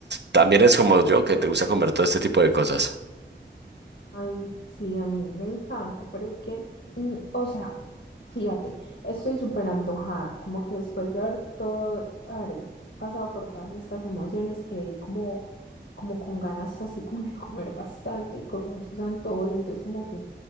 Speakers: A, on the right; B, on the left.
A: también es como yo, que te gusta comer todo este tipo de cosas.
B: Ay, sí, a mí me encanta, pero es que, mm, o sea, fíjate, estoy súper antojada, como que después de haber todo, haber pasado por todas estas emociones, quedé como, como con ganas así como de comer bastante y con muchos antojos, entonces como que,